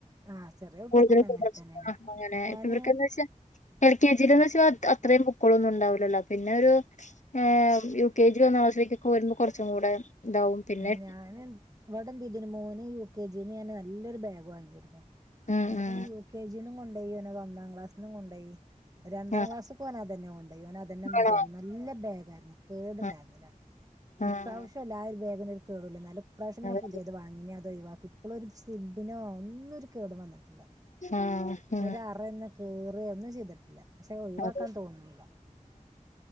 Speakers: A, on the right (about 25°); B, on the left (about 60°).
A: ആഹ് ചെറിയ കുട്ടിയൊക്കെ
B: <unintelligible>
A: പിന്നെ അങ്ങനെ തന്നെയാണ്
B: അങ്ങനേ
A: ഞാന്
B: ഇപ്പവർക്കെന്താച്ചാ <unintelligible> കെ ജി ടെ ന്ന് വെച്ചാ അത്രയും ബുക്കുകളൊന്നും ഉണ്ടാവൂല്ലല്ലോ. പിന്നെ ഒരു ഏഹ് യു കെ ജി, ഒന്നാം ക്ലാസിലേക്കൊക്കെ വരുമ്പം കുറച്ചും കൂടെ ഇതാവും പിന്നെ
A: ഉം ഞാന് ഇൻ ഇവിടെന്തിതയ്തീനി മോന് യൂ കെ ജി ന്ന് ഞാന് നല്ലൊരു ബാഗ് വാങ്ങിയിരുന്നു.
B: ഉം
A: എന്നിട്ട്
B: ഉം
A: പിന്നെ യു കെ ജി ന്നും കൊ ണ്ടോയി ഓനത് ഒന്നാം ക്ലാസ്സിന്നും കൊണ്ടയി. രണ്ടാം
B: ആഹ്
A: ക്ലാസ് ക്കും ഓന് അതന്നെ കൊണ്ടോയി. ഓൻ അതന്നെ മതിയർഞ്.
B: ആണോ
A: നല്ല ബേ ഗാരണം. കേടുണ്ടായിരുന്നില്ല.
B: ആഹ് ആഹ്
A: ഇപ്രാവശ്യൂല്ല ആ ഒര് ബേ ഇതിനൊരു കേട്ല്ല ന്നാലും ഇപ്രാവശ്യം പിന്നെ
B: അതെ
A: പുതിയത് വാങ്ങി ഇനി അ അതൊഴിവാക്കി ഇപ്പോളൊ ഒരു സിബിനോ ഒന്നും ഒരു കേടു വന്നി ട്ടില്ല
B: ആഹ് ആഹ് ഉം
A: ഒരു ആറന്നെ കേട് കീറെ ഒന്നും ചെയ്തിട്ടില്ല പക്ഷെ ഒഴിവാക്കാൻ
B: അതെ
A: തോന്നീല്ല